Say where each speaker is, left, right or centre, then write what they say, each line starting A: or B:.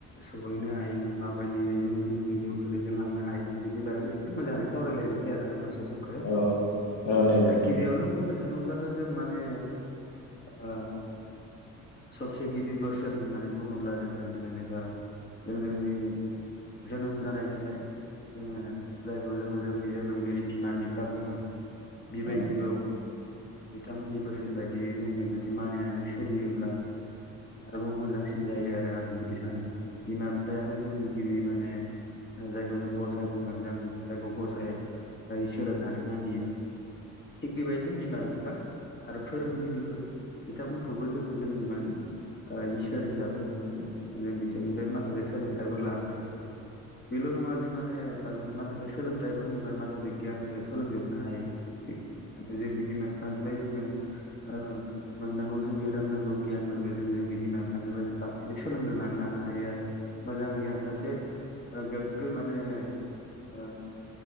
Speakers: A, on the left (about 35°); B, on the left (about 80°).
A: सहैनो हायो माबायदियै जों जोंनि जिउखो रै दिनलांनो हायो बिनि बागै एसे मोजाङै सावरायलायनोसै आरोना दसे जोंखो
B: औ जागोन दे
A: जा
B: नोंथां
A: गिबियावनो बुंदों थाङोब्लाथ' जों माने ओ सबसे गिदि बोसो बोसोन होननानै बुङोब्ला जोङो जेनेबा जों जोंनि जोनोम जानायनिफ्राय जोङो जायखौ जोङो जोंनि जोनोमगिरि बिमा बिफा बुङो बिबै
B: औ
A: बिबौ ओ बिथांमोननि बोसोन बायदि दियै जोङो जुदि मानिनानै सोलियोब्ला आरोबाव मोजांसिन जायो आरो आं बिदि सानो बिमा बिफायानो जोंनि गिबि माने जों जायखौ जों गसाय बुङो जों जायखौ गसाय इसोर होननानै मानियो थिग बेबायदिनो बिमा बिफा आरो फोरोंगिरिफोर बिथांमोनखौबो जोङो जोंनि माने ओ इसोर हिसाबै हमनानै जों बिसोरनिफ्राय माखासे सोलोंथाइफोर लानो हायो। बेल' नङा जे माने जों माखासे सोलोंथाइफोरनिफ्राय माखासे गियानखौ सोलोंजोबनो हायो। थिग माने जोंनि बिमा बिफानिफ्राय जोङो ओ मोननांगौ जोंनि रोंनांगौ गियानफो रखौ जों जोंनि बिमा बिफानिफ्रायसो बांसिनै सोलोंग्रोनानै लानो हायो आरो मोजां गियान सासे ओ गोग्गो माने ओ